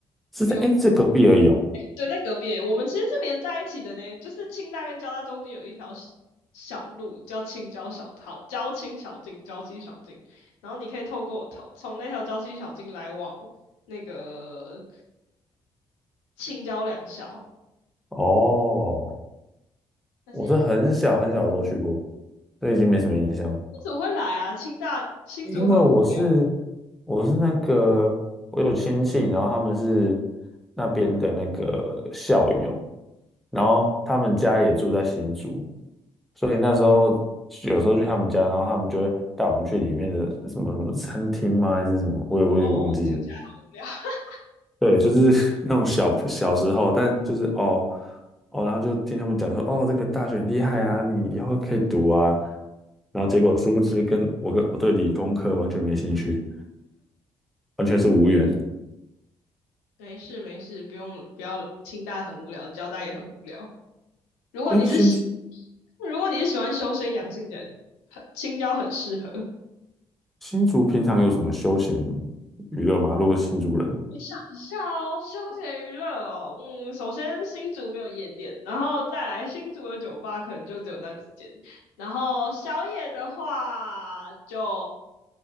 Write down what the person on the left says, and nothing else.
没有
对，在隔壁而已我们其实是连在一起的呢，就是清大跟交大中间有一条小小路叫青交小，好，交青小径、交七小径，然后你可以透过从从那条交七小径来往那个青交两校。
但是为
什么会来啊？清大新竹很无聊
哦，听起来好无聊。<laughs>
没事没事，不用不要来，清大很无聊，交大也很无聊。如果你是喜
如果你是喜欢修身养性的人，很青交很适合。
我想一下哦，休闲娱乐哦，嗯，首先新竹没有夜店，然后再来新竹的酒吧可能就只有那几间，然后宵夜的话就